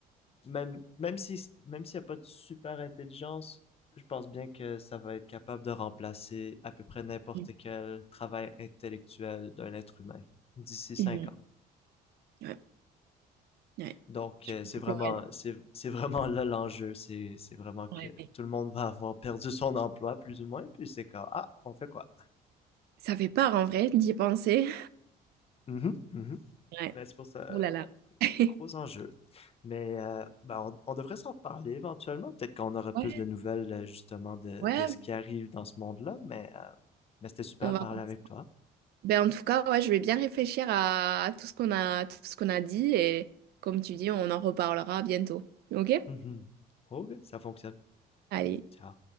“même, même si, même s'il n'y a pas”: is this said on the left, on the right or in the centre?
Left